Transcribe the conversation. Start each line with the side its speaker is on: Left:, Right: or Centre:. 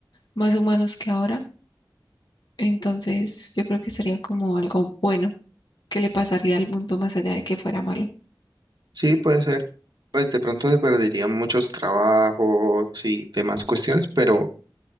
Left: más humanos que ahora Entonces, yo creo que sería como algo bueno que le pasaría al mundo más allá de que fuera malo.
Right: Sí, puede ser. Pues de pronto se perderían muchos trabajos y demás cuestiones, pero